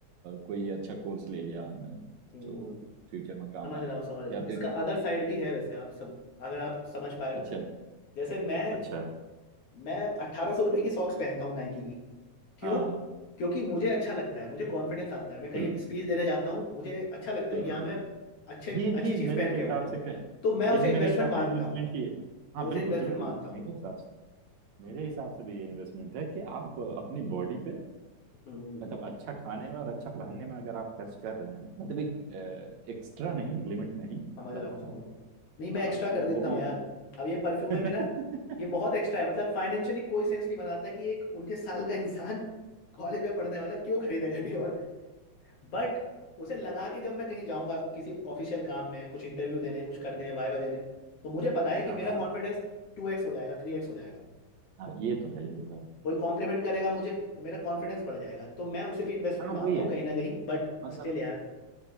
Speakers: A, on the right; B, on the left.
A: कोई अच्छा कोर्स ले लिया हमने
B: हम्म
A: जो फ्यूचर में काम
B: समझ
A: आए
B: रहा हूँ समझ रहा
A: या
B: हूँ इसका
A: फिर
B: अदर साइड भी है वैसे आप सब अगर आप समझ पाए तो
A: अच्छा
B: जैसे मैं
A: अच्छा
B: मैं अट्ठारह सौ रुपए की सॉक्स पहनता हूँ नाइकी की क्यों
A: हाँ
B: क्योंकि मुझे अच्छा लगता है मुझे कॉन्फिडेंस आता है मैं कहीं
A: बिल्कुल
B: स्पीच देने जाता हूँ मुझे अच्छा लगता
A: बिल्कुल
B: है कि हाँ
A: बिल्कुल
B: मैं अच्छे
A: ये भी
B: अच्छी चीज़
A: मेरे
B: पहन
A: हिसाब
B: के आऊँ मैं
A: से कह-
B: तो मैं
A: ये
B: उसे
A: भी मेरे
B: इन्वेस्टमेंट
A: हिसाब
B: मानता
A: से इन्वेस्टमेंट
B: हूँ
A: ही है हाँ
B: मैं उसे
A: बिल्कुल
B: इन्वेस्टमेंट
A: बिल्कुल
B: मानता हूँ
A: मेरे हिसाब से मेरे हिसाब से भी ये इन्वेस्टमेंट है कि आप अपनी बॉडी पे
B: हम्म,
A: मतलब अच्छा खाने में और अच्छा पहनने में अगर आप खर्च कर रहे हैं मतलब एक एक्स्ट्रा
B: हम्म,
A: नहीं लिमिट नहीं मतलब
B: समझ रहा हूँ समझ रहा हूँ नहीं मैं
A: हाँ
B: एक्स्ट्रा कर
A: तो
B: देता
A: वो भी
B: हूँ
A: एक
B: यार अब ये परफ्यूम
A: हाँ
B: है मेरा ये बहुत एक्स्ट्रा है मतलब फाइनेंशियली कोई सेंस नहीं बनाता कि एक उन्नीस साल का इंसान <laughs> कॉलेज में पढ़ने वाला क्यों खरीदेगा डियोर बट उसे लगा कि जब मैं कहीं जाऊंगा किसी ऑफिशियल काम में कुछ इंटरव्यू देने कुछ करने वाइवा देने तो मुझे पता है कि
A: हाँ
B: मेरा कॉन्फिडेंस टू एक्स हो जाएगा थ्री एक्स हो जाएगा
A: हाँ, ये तो है ये तो है
B: कोई कॉम्प्लीमेंट करेगा मुझे तो मेरा कॉन्फिडेंस बढ़ जाएगा तो मैं उसे भी इन्वेस्टमेंट
A: हाँ
B: मानता
A: वही है
B: हूँ कहीं ना कहीं बट
A: मतलब
B: स्टिल यार